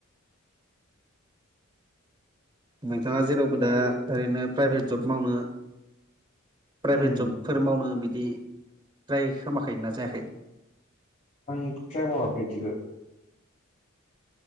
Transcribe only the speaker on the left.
नांगौ
उम
आं मावा बेैदिखौ